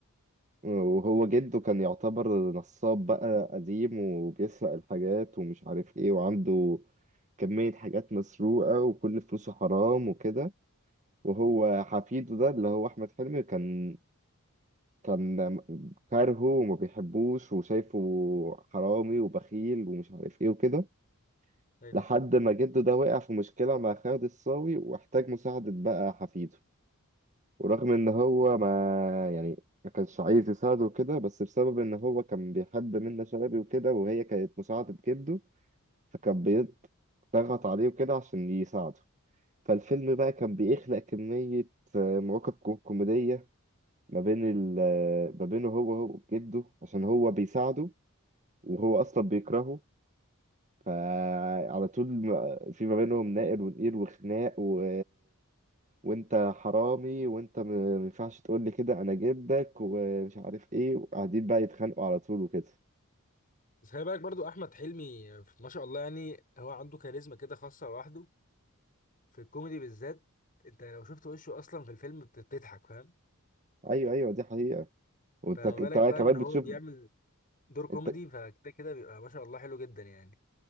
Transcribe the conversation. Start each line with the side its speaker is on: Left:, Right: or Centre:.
Right: وهو جده كان يعتبر نصاب بقى قديم وبيسرق الحاجات ومش عارف ايه وعنده كمية حاجات مسروقة وكل فلوسه حرام وكده وهو حفيده ده اللي هو أحمد حلمي كان كان كارهه وما بيحبوش وشايفه حرامي وبخيل ومش عارف ايه وكده
Left: حلو
Right: لحد ما جده ده وقع في مشكلة مع خالد الصاوي واحتاج مساعدة بقى حفيده ورغم ان هو ما يعني ما كانش عايز يساعده وكده بس بسبب ان هو كان بيحب منة شلبي وكده وهي كانت مساعدة جده فكان بيضغط عليه وكده عشان يساعده فالفيلم بقى كان بيخلق كمية آه، مواقف كو- كوميدية ما بين ال ما بينه هو هو جده عشان هو بيساعده وهو اصلا بيكرهه فعلى طول ما- في ما بينهم نائر ونقير وخناق و... وانت حرامي وانت م- ما ينفعش تقول لي كده انا جدك ومش عارف ايه وقاعدين بقى يتخانقوا على طول وكده
Left: بس خلي بالك برضو احمد حلمي آه، ما شاء الله يعني هو عنده كاريزما كده خاصه لوحده في الكوميدي بالذات انت لو شفت وشه اصلا في الفيلم بت- بتضحك فاهم
Right: ايوه ايوه دي حقيقة وانت
Left: فما
Right: انت
Left: بالك بقى
Right: كمان
Left: ان هو
Right: بتشوف
Left: بيعمل دور كوميدي
Right: انت
Left: فكده كده بيبقى ما شاء الله حلو جدا يعني